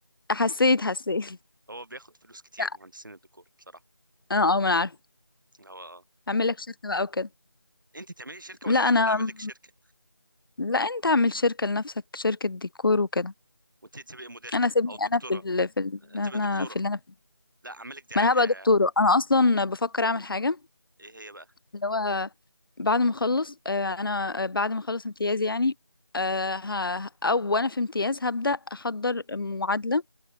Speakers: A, on the left; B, on the right.
A: حسيت حسيت
B: هو بياخد فلوس
A: <laughs>
B: كتير
A: لا
B: مهندسين الديكور بصراحه
A: اه اه ما انا عارفة
B: هو آه،
A: اعمل
B: تمام
A: لك شركة بقى وكده
B: انت تعملي شركه
A: لا
B: ولا انا
A: انا
B: اللي اعمل لك شركه
A: لا انت اعمل شركة لنفسك شركة ديكور وكده
B: وانت تبقي مديرها
A: انا سيبني
B: او الدكتوره
A: انا في ال... في ال... انا
B: تبقي دكتوره
A: في اللي انا فيه
B: لا اعمل لك دعايه
A: ما انا هبقى دكتورة
B: اه،
A: انا اصلا بفكر اعمل حاجة
B: ايه هي بقى
A: اللي هو بعد ما اخلص آه، انا آه، بعد ما اخلص امتيازي يعني آه، ه... او وانا في امتياز هبدأ احضر معادلة